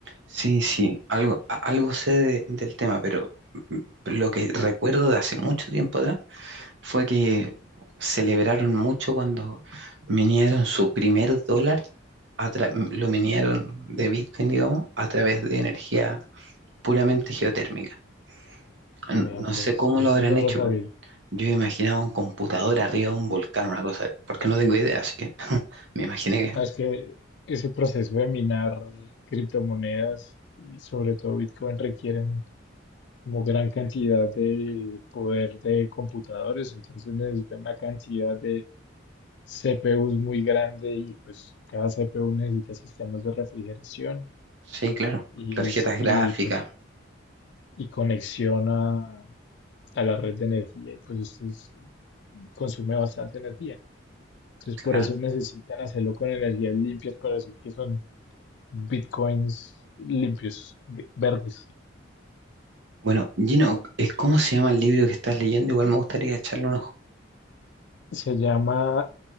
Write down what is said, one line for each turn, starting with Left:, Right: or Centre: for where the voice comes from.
Right: Sí, sí, algo, a- algo sé de- del tema, pero mm, lo que recuerdo de hace mucho tiempo atrás fue que celebraron mucho cuando minieron su primer dólar, a tra- m- lo minieron de Bitcoin, digamos, a través de energía puramente geotérmica. N-
Left: Mira,
Right: No,
Left: pues
Right: sé cómo
Left: eso
Right: lo habrán
Left: no lo
Right: hecho.
Left: sabía.
Right: Yo imaginaba un computador arriba de un volcán, una cosa, porque no tengo idea, así que <laughs> me imaginé que
Left: Ah, Es que ese proceso de minar criptomonedas y sobre todo Bitcoin requieren como gran cantidad de poder de computadores, entonces necesitan una cantidad de CPUs muy grande y pues cada CPU necesita sistemas de refrigeración
Right: sí, claro,
Left: y,
Right: tarjetas
Left: s-
Right: gráficas,
Left: y, pues y conexión a, a la red de energía y pues esto es- consume bastante energía. Entonces
Right: claro.
Left: por eso necesitan hacerlo con energías limpias para decir que son bitcoins limpios, g- verdes.
Right: Bueno, Gino, es cómo se llama el libro que estás leyendo. Igual me gustaría echarle un ojo.
Left: Se llama